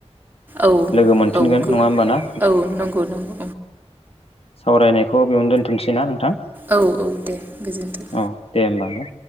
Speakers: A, on the right; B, on the left.
A: औ
B: लोगो मोनफिनगोन
A: औ
B: नंङा होमबा ना
A: औ नंगौ नंगौ
B: सावरायनायखौ बेयावनो दोनथ'सै ना नोंथां
A: औ औ दे गोजोन्थों
B: औ दे होमबा ने